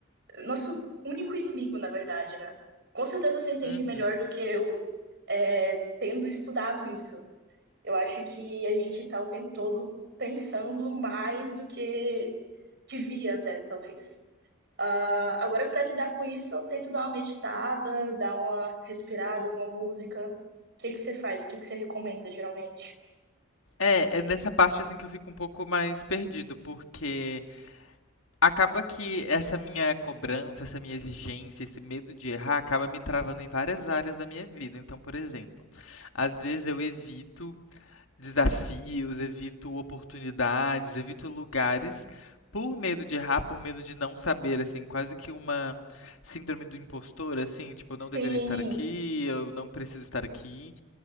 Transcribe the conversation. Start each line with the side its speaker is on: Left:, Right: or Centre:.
Right: nosso único inimigo, na verdade, né? Com certeza você entende
Left: Uhum.
Right: melhor do que eu é, tendo estudado isso. Eu acho que a gente está o tempo todo pensando mais do que devia até, talvez. Uh, agora, para lidar com isso, eu tento dar uma meditada, dar uma respirada, uma música. O que que você faz? O que que você recomenda, geralmente?
Left: É, é nessa parte assim que eu fico um pouco mais perdido, porque Acaba que essa minha cobrança, essa minha exigência, esse medo de errar, acaba me travando em várias áreas da minha vida. Então, por exemplo, às vezes eu evito desafios, evito oportunidades, evito lugares por medo de errar, por medo de não saber, assim, quase que uma síndrome do impostor, assim, tipo, eu não
Right: Sim,
Left: deveria estar aqui, eu não preciso estar aqui,